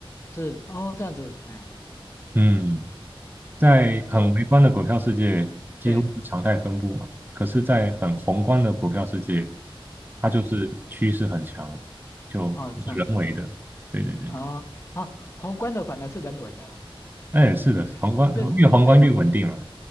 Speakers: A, on the left; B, on the right.
A: 是，哦这样子，哎
B: 嗯。在很微观的股票世界，
A: 哦
B: 几乎是常态分布嘛。
A: 对，
B: 可是，在很宏观的股票世界，它就是趋势很强，
A: 哎
B: 就就是人为的。
A: 哦这样子，
B: 对对对对，
A: 哦啊，宏观的反而是人为的哦，
B: 那也是的，
A: 哎这这。
B: 宏观越宏观越稳定嘛。